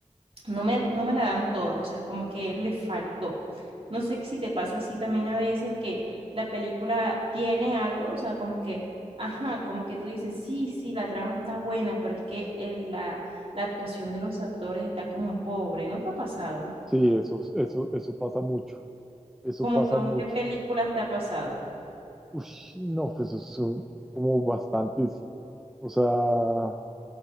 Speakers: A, on the right (about 50°); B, in the centre.
A: no me, no me la dan toda, o sea, es como que le faltó. No sé si te pasa así también a veces que la película tiene algo, o sea, como que, ajá, como que tú dices, sí, sí, la trama está buena, pero es que eh, la, la actuación de los actores está como pobre, ¿no te ha pasado?
B: Sí, eso, eso, eso pasa mucho. Eso
A: Como
B: pasa
A: que, ¿con
B: mucho.
A: qué películas te ha pasado?
B: Ush, no, pues eso son como bastantes. O sea,